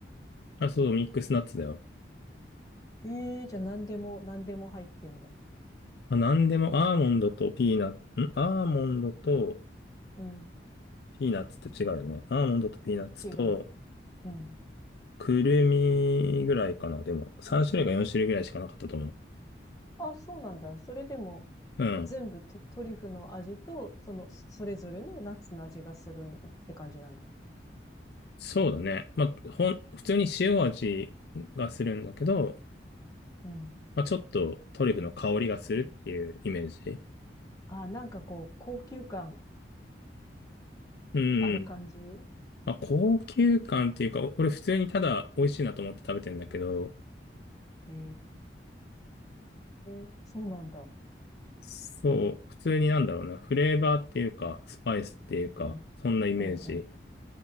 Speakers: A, on the left (about 60°); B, on the left (about 20°).
A: あ、そう、ミックスナッツだよ。
B: ええじゃあ何でも、何でも入ってんだ。
A: あ、なんでも、アーモンドとピーナッツ、んアーモンドと
B: うん、
A: ピーナッツって違うよね。アーモンドとピーナッツと、
B: 違う。うん。
A: くるみぐらいかな。でも、3種類か4種類ぐらいしかなかったと思う。
B: あ、そうなんだ。それでも
A: うん。
B: 全部ト、トリュフの味と、その、それぞれのナッツの味がするって感じなんだ。
A: そうだね。まあ、ほん、普通に塩味がするんだけど、
B: うん。
A: まあ、ちょっとトリュフの香りがするっていうイメージ。
B: あ、なんかこう、高級感
A: うん。
B: ある感じ
A: まあ、高級感っていうか、お俺普通にただ美味しいなと思って食べてんだけど、
B: ええそうなんだ。
A: そう、普通になんだろうな、フレーバーっていうか、スパイスっていうか、
B: うん。
A: そんなイメージ。
B: うん、うん